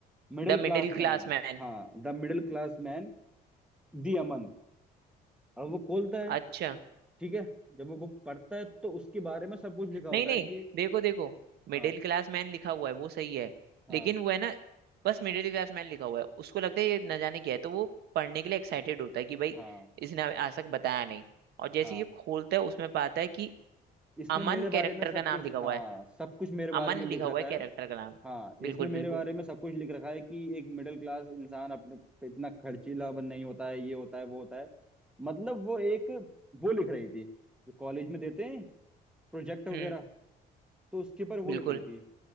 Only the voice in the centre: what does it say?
मिडिल
क्लास
मैन
हाँ the middle class man the अमन अब वो खोलता है
ठीक है जब वो बुक पढ़ता है तो उसके बारे में सब कुछ लिखा होता
है कि
हाँ
हाँ
हाँ
हाँ
इसने
मेरे बारे
में सब
कुछ
हाँ
सब कुछ मेरे बारे
में
लिख रखा
है
हाँ
इसने मेरे
बारे में सब कुछ लिख रखा है कि एक मिडिल क्लास इंसान अपने पे इतना खर्चीला बन नहीं होता है ये होता है वो होता है मतलब वो एक वो लिख रही थी कॉलेज में देते हैं प्रोजेक्ट वगैरह
तो उसके ऊपर वो
लिख रही थी